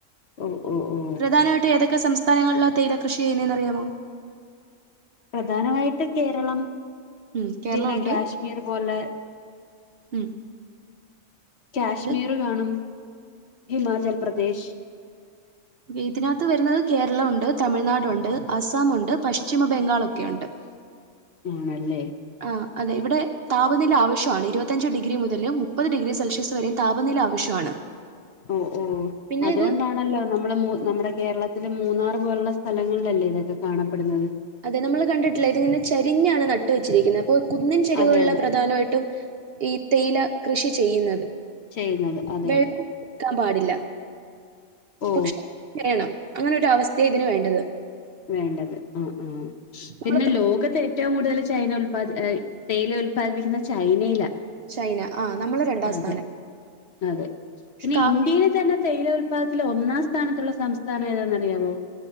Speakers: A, on the left (about 55°); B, on the right (about 55°).
A: ഓ ഓ ഓ
B: പ്രധാനമായിട്ട് ഏതൊക്കെ സംസ്ഥ- <unintelligible> തേയില കൃഷി എങ്ങിനെന്നറിയാമോ?
A: പ്രധാനമായിട്ട് കേരളം.
B: ഉം കേരളം
A: പിന്നെ
B: ഉണ്ട്
A: കാശ്മീർ പോലെ
B: ഉം.
A: കാശ്മീർ
B: ഇത്
A: കാണും ഹിമാചൽ പ്രദേശ്.
B: ഇതിനകത്ത് വരുന്നത് കേരളം ഉണ്ട് തമിഴ്നാടു ഉണ്ട് അസാമുണ്ട് പശ്ചിമ ബംഗാൾ ഒക്കെ ഉണ്ട്.
A: ആണല്ലേ.
B: ആ അതെ ഇവിടെ താപനില ആവശ്യമാണ് ഇരുപത്തഞ്ച് ഡിഗ്രി മുതൽ മുപ്പത് ഡിഗ്രി സെൽഷ്യസ് വരെ താപനില ആവശ്യമാണ്.
A: ഓ ഓ
B: പിന്നെ
A: അതുകൊണ്ടാണല്ലോ.
B: ഇത്
A: നമ്മളെ മൂ. നമ്മുടെ കേരളത്തിലെ മൂന്നാർ പോലുള്ള സ്ഥലങ്ങളിലല്ലേ ഇതൊക്കെ കാണപ്പെടുന്നത്?
B: അതെ നമ്മൾ കണ്ടിട്ടില്ലേ ഇതിങ്ങനെ ചരിഞ്ഞാണ് നട്ട് വെച്ചിരിക്കുന്നത് അപ്പൊ കുന്നിൻ ചെരിവകളുള്ള
A: അതെ അതെ
B: പ്രധാനായിട്ടും- ഈ തേയില കൃഷി ചെയ്യുന്നത്
A: ചെയ്യുന്നത് അതെ
B: വെള്ളം
A: അതെ
B: ഒഴിക്കാൻ പാടില്ല
A: ഓ
B: പക്ഷെ വേണം അങ്ങനെ ഒരു അവസ്ഥയ ഇതിന് വേണ്ടത്
A: വേണ്ടത് ആഹ് ആഹ്
B: നമ്മൾ
A: പിന്നെ ലോകത്ത് ഏറ്റവും കൂടുതൽ ചൈന ഉൽപാദി തേയില ഉല്പാദിപ്പിക്കുന്ന ചൈനയിലാ
B: ചൈന അ നമ്മള് രണ്ടാം
A: അതെ
B: സ്ഥാനം
A: അതെ
B: പക്ഷെ
A: പിന്നെ
B: കാപ്പി
A: ഇന്ത്യൽ തന്നെ.. തേയില ഉത്പാദത്തിൽ ഒന്നാം സ്ഥാനത്തുള്ള സംസ്ഥാനം ഏതാന്ന അറിയാാവോ?